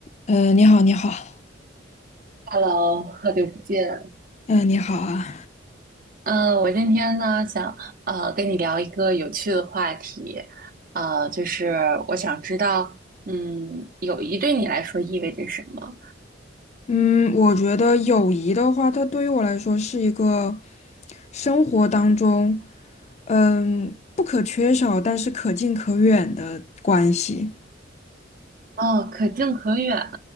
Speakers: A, on the left; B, on the right.
A: 呃，你好，你好，
B: Hello，好久不见。
A: 嗯、你好啊，
B: 嗯，我今天呢想呃跟你聊一个有趣的话题，呃，就是我想知道，嗯，友谊对你来说意味着什么？
A: 嗯，我觉得友谊的话，它对于我来说是一个生活当中，嗯，不可缺少，但是可近可远的关系。
B: 哦，可近可远